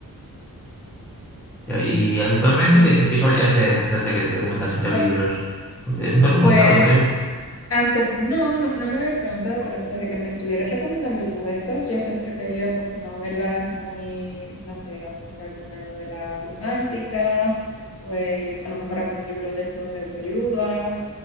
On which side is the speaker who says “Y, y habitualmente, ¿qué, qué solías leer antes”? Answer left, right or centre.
Centre